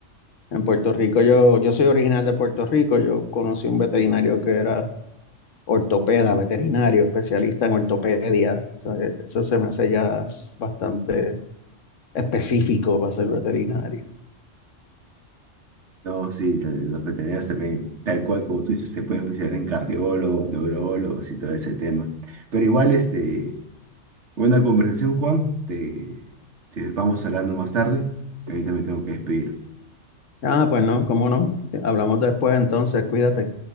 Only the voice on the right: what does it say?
no, sí, la- los veterinarios también, tal cual como tú dices, se pueden especializar en cardiólogos, neurólogos y todo ese tema. Pero igual, este, buena conversación, Juan. Te, te vamos hablando más tarde. Ahorita me tengo que despedir.